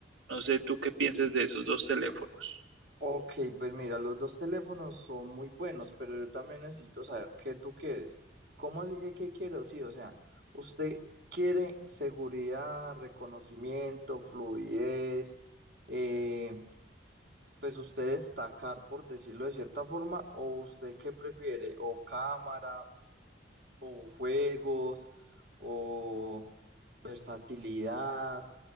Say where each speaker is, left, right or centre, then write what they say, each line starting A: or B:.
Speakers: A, on the right; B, on the right.
A: No sé tú qué pienses de esos dos teléfonos.
B: Ok, pues mira, los dos teléfonos son muy buenos, pero yo también necesito saber qué tú quieres. ¿Cómo así que qué quiero? Sí, o sea, usted quiere seguridad, reconocimiento, fluidez, eh, pues usted destacar, por decirlo de cierta forma, o usted qué prefiere, o cámara, o juegos, o versatilidad